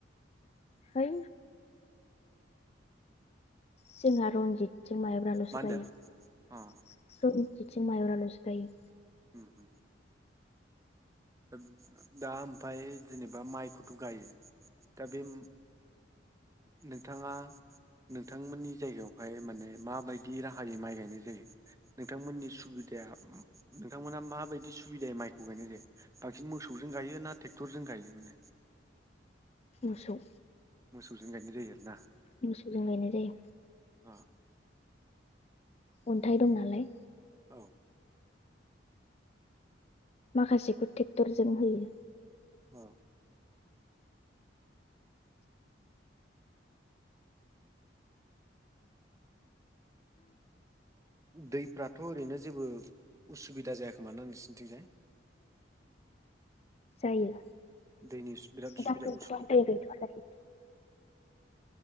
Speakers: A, on the left (about 35°); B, on the right (about 15°).
A: है जोङा रनजित जों मायाब्राल'सो
B: मा होनदों
A: गायो
B: अ
A: <inaudible> थिं माइब्राल'सो गायो।
B: उम-उम-उम <unintelligible> दा ओमफाय जेनेबा माइखौथ' गायो दा बे नोंथाङा नोंथांमोननि जायगायावहाय माने माबायदि राहायै माइ गायनाय जायो नोंथांमोननि सुबिदाया नोंथांमोना माबायदि सुबिदायै माइखौ गायनाय जायो बांसिन मोसौजों गायो ना टेक्टरजों गायो माने?
A: मोसौ
B: मोसौजों गायनाय जायो आरोना।
A: मोसौजों गायनाय जायो।
B: अ
A: अन्थाइ दं नालाय
B: औ
A: माखासेखौ टेक्टरजों होयो
B: अ दैफ्राथ' ओरैनो जेबो उसुबिदा जायाखोमा ना नोसिनथिंजाय?
A: जायो
B: दैनि सु सुबिदा
A: दा गैथ'आ
B: उसुबिदा
A: दै गैथ'आ दायो